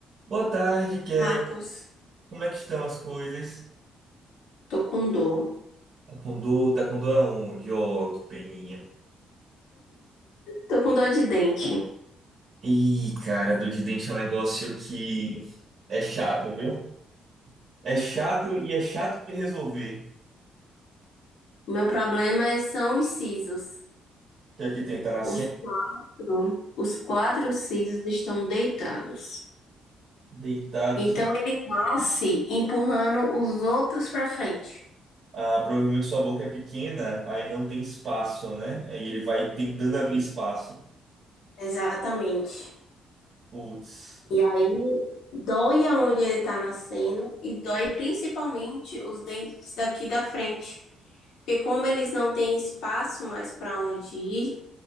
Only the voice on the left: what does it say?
Marcos,
tô com dor.
Tô com dor de dente.
Meu problema é- são os sisos.
Os quatro, os quatro sisos estão deitados.
Então ele nasce empurrando os outros para frente.
Exatamente.
E aí dói aonde ele tá nascendo e dói principalmente os dentes daqui da frente. Porque como eles não têm espaço mais para onde ir,